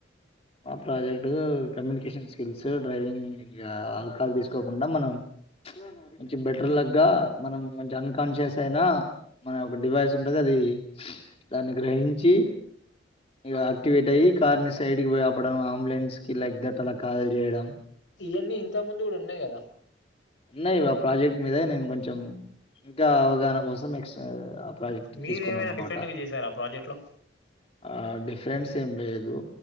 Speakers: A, on the left; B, on the left.
A: ఆ project communication skills driving alcohol తీసుకోకుండా మనం కొంచెం బెటర్ లక్ గా మనం మంచి అన్కాన్షియస్ అయినా మన ఒక డివైస్ ఉంటది అది దాన్ని గ్రహించి ఈగ యాక్టివేట్ అయ్యి కార్న్ సైడ్ కి పోయి తిప్పడం అంబులెన్స్ కి లైక్ థాట్ అలా కాల్ చేయడం
B: ఇయ్యాన్ని ఇంతకు ముందు గుడ ఉన్నాయి కదా
A: ఉన్నాయి ఇవి ఆ ప్రాజెక్ట్ మీద నేను కొంచెం ఇంకా అవగాహన కోసం నెక్స్ట్ ఆ ప్రాజెక్ట్
B: మీరేమైనా
A: తీసుకొనన్నామట
B: డిఫరెంట్ గా చేశారా ప్రాజెక్ట్ లో
A: అ డిఫరెన్స్ ఏం లేదు